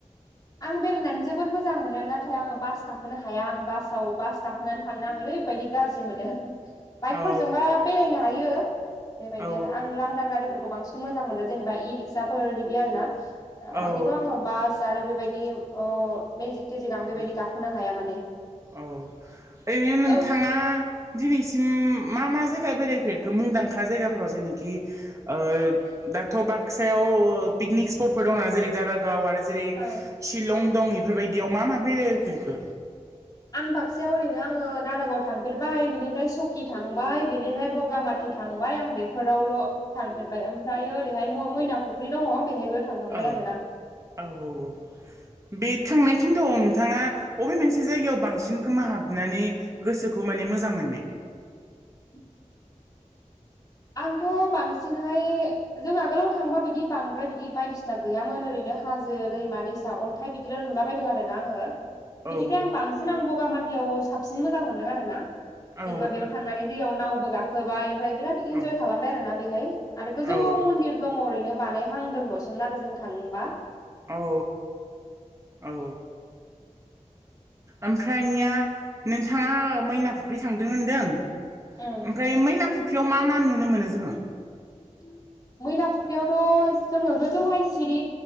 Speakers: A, on the left (about 30°); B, on the right (about 25°).
A: आं बेरायनानै जोबोद मोजां मोनो नाथाय आङो बास गाखोनो हाया आं बासाव बास गाखोनानै थांनो ओरै ओरैबायदि गाज्रि मोनो। बाइकफोरजोंबा
B: औ
A: बेरायनो हायो बेबायदि
B: औ
A: आरो आं लांदां गारिफोरखौ बांसिन मोजां मोनो। जेनेबा इ रिक्साफोर बिदि आरोना
B: औ
A: किन्तु आङो बास आरो बे बे ओ मेजिक थेजिक आं बेबायदि
B: औ
A: गाखोनो हाया माने
B: औ ओरैनो नोंथाङा
A: औ
B: दिनैसिम मा मा जायगायाव बेराय फोरखो मुंदांखा जायगाफोराव जेनेखि ओ दाथ बाक्सायाव पिकनिक स्पट फोर दं जेरै दारागाव आरो जेरै
A: औ
B: शिलं दं इफोरबायदि मा मा बेरायफेरखो
A: आं बाक्सायाव ओरैनो आङो दारागाव थांफेरबाय बिनिफ्राय सकि थांबाय बेनिफ्राय बगामाटि थांबाय आं बेफोरावल थांफेरबाय ओमफ्रायायो ओरैहायो मैना फुख्रि दङ बेहायबो थांखांबाय
B: औ
A: आरोना
B: औ औ औ बे थांनाय खिनथआव नोंथाङा अबे मोनसे जायगायाव बांसिन गोमोहाबनानै गोसोखौ माने मोजां मोननाय?
A: उ आंथ' बांसिनहाय जों आगोलाव थांबा बिदि बांद्राय बिदि बायदिसिना गैयामोन ओरैनो हाजो दैमा दैसा अन्थाइ बिदिल' नुलाबायदों आरो ना आङो
B: औ
A: बिनिफ्राय आं बांसिन आं बगामाथियाव साबसिन मोजां मोनदों आरो ना जेनेबा
B: औ
A: बेयाव थांनानै दैयाव नावबो गाखोबाय ओमफ्राय इनजय
B: औ
A: खालामबाय आरो ना बेहाय आरो गोजौआव
B: औ
A: मन्दिर दङ ओरैनो बानाय हांदोंल'सोमोन आरो जों थांबा
B: औ औ ओमफ्रायनिया नोंथाङा मैना फुख्रि थांदों होनदों
A: उम
B: ओमफ्राय मैना फुख्रियाव मा मा नुनो मोनो जोङो?
A: उ मैना फुख्रियावथ' जोङो गोजौहाय सिरि